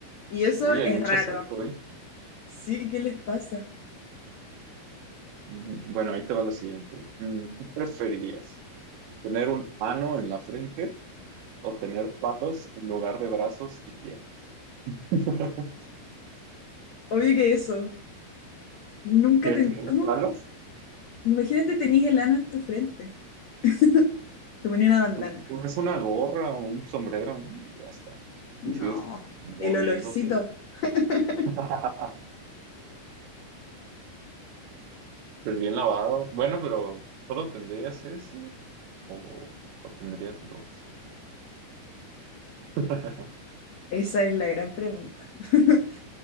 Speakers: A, on the left; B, on the right.
A: Y eso
B: Oye, hay
A: es
B: mucho
A: raro.
B: saco, ¿eh?
A: Sí, ¿qué les pasa?
B: Mm, Bueno, ahí te va la siguiente. Mm, ¿Qué preferirías? ¿Tener un ano en la frente o tener palos en lugar de brazos y piernas. <laughs>
A: Obvio que eso. Nunca
B: ¿Qué
A: te...
B: tener
A: ¿Cómo?
B: palos?
A: Imagínate tenís el ano en tu frente. <laughs> Te ponía una bandana.
B: Pues te pones una gorra o un sombrero, ¿no? Y ya está.
A: No.
B: Y sigues moviéndote.
A: El olorcito. <laughs>
B: <laughs> Pues bien lavado. Bueno, pero ¿solo tendrías ese o, o tendrías dos? <laughs>
A: Esa es la gran pregunta. <laughs>